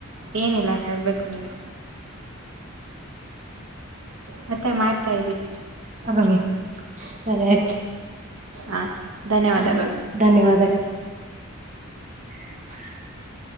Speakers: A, on the right; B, on the right.
A: ಏನಿಲ್ಲ ಹೇಳ್ಬೇಕು ನೀವೆ, ಮತ್ತೆ ಮಾಡ್ತಾ ಇರಿ
B: ಹ ಸರಿ ಆ್ತು
A: ಹಾ ಧನ್ಯವಾದಗಳು.
B: ಹ ಧನ್ಯವಾದಗಳು <inaudible>